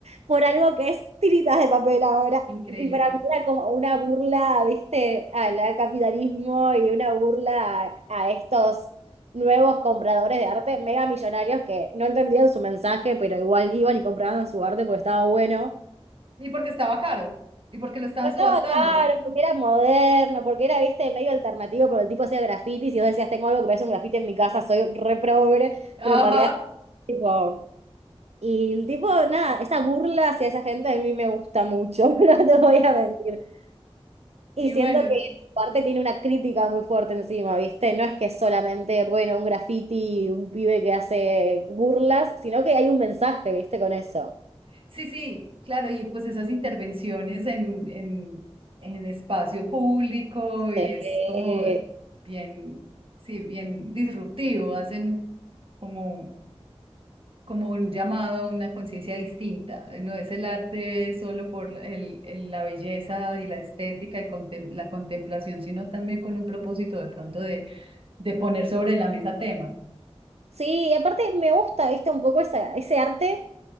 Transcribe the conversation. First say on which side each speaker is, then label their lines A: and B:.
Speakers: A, on the right; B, on the right.
A: por algo que es tiritas de papel ahora.
B: increíble.
A: Y para mí era como una burla, viste, al al capitalismo y una burla a, a estos nuevos compradores de arte, mega millonarios que no entendían su mensaje, pero igual iban y compraban su arte porque estaba bueno.
B: Y porque estaba caro, y porque lo estaban
A: Pues estaba
B: subastando.
A: raro, porque era moderno, porque era, viste, medio alternativo, porque el tipo hacía grafitis y vos decías, tengo algo que parece un grafiti en mi casa, soy re progre, pero
B: Ajá.
A: en realidad, tipo... Y el tipo, nada, esa burla hacia esa gente a mí me gusta mucho, <laughs> no te voy a mentir. Y
B: Y
A: siento
B: bueno,
A: que parte tiene una crítica muy fuerte encima, ¿viste? No es que es solamente, bueno, un graffiti, un pibe que hace burlas, sino que hay un mensaje, ¿viste? Con eso.
B: sí, sí, claro, y pues esas intervenciones en, en, en espacio público y
A: Sí.
B: es como bien, sí, bien disruptivo, hacen como como un llamado a una conciencia distinta. Eh, No es el arte solo por el, el- la belleza y la estética y contem- la contemplación, sino también con un propósito de pronto de, de poner sobre la mesa temas.
A: Sí, y aparte me gusta, viste, un poco esa- ese arte